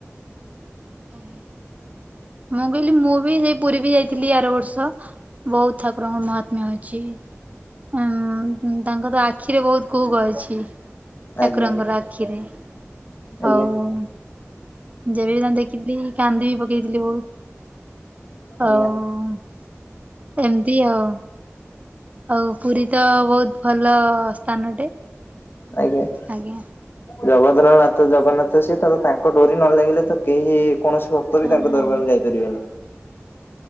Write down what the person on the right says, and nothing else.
ଆଜ୍ଞା ମୁଁ କହିଲି ମୁଁ ବି ସେଇ ପୁରୀ ବି ଯାଇଥିଲି ଆର ବର୍ଷ ବହୁତ ଠାକୁରଙ୍କ ମହାତ୍ମ୍ୟ ଅଛି। ହଁ-ଉଁ ତାଙ୍କର ଆଖିରେ ବହୁତ କୁହୁକ ଅଛି।
ଠାକୁରଙ୍କର ଆଖିରେ,
ହଉ ହଉ। ଯେବେ ବି ତାଙ୍କ ଦେଖ ଖିଥିଲି କାନ୍ଦି ବି ପକେଇଥିଲି ବହୁତ। ହଉ
ଏମତି ଆଉ। ଆଉ ପୁରୀ ତ ବହୁତ ଭଲ ସ୍ଥାନଟେ
ଆଜ୍ଞା।
ହଁ